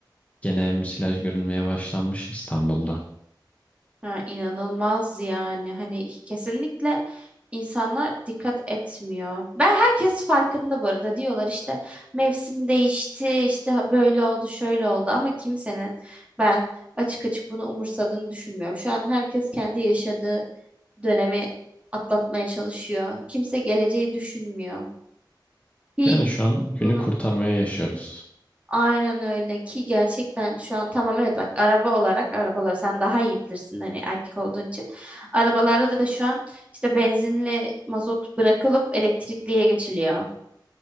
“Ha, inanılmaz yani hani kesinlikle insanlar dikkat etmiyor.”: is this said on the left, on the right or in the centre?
Right